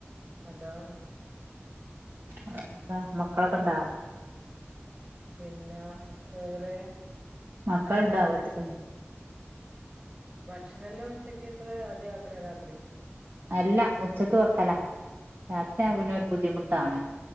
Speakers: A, on the right; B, on the right.
A: അതാണ്
B: വേറെന്താ മക്കളൊക്കണ്ടാ?
A: പിന്ന വേറെ
B: മക്കളുണ്ടാ <unintelligible>
A: ഭക്ഷണല്ലാം ഉച്ചകേത്തത് ആദ്യ ആക്കണ രാത്രി
B: അല്ല ഉച്ചക്ക് വെക്കല രാത്രി
A: അതെ
B: ആവുനൊ ഒരു ബുദ്ധിമുട്ടാണ്